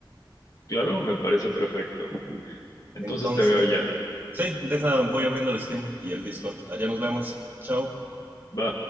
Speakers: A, on the left; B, on the right.
A: Claro, me parece perfecto. Entonces
B: Entonces,
A: te veo allá.
B: sí, deja, voy abriendo el Steam y el Discord. Allá nos vemos. Chao.
A: Va.